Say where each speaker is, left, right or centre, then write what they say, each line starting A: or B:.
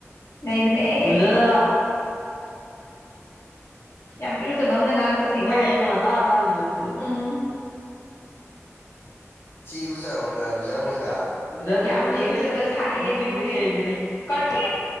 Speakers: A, on the left (about 85°); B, on the left (about 50°).
A: ꯅꯩꯕꯅꯦ ꯂꯨꯖꯗꯕ ꯌꯥꯝ ꯏꯔꯨꯖꯕ ꯑꯝꯅ ꯉꯥꯡꯉꯛꯄꯁꯤ ꯏꯀꯥꯏ ꯑꯈꯣꯏꯗꯤ ꯏꯕꯣ ꯉꯟꯇꯥ- ꯉꯟꯇꯥ ꯂꯨꯖꯊꯣꯛꯏ ꯎꯝ
B: ꯂꯨꯖꯔꯕꯣ ꯅꯪ ꯂꯨꯖ ꯇꯝ ꯃꯣꯏꯗ
A: ꯂꯨꯖꯗꯦ ꯂꯨꯖꯗꯦ ꯌꯥꯝꯅ ꯏꯔꯨꯖꯕ ꯁꯥꯔꯛꯑꯦ ꯅꯣꯏꯖꯦ ꯃꯆꯤꯟꯕꯥꯎ ꯁꯦꯡꯗꯔ꯭ꯤ ꯀꯔꯤ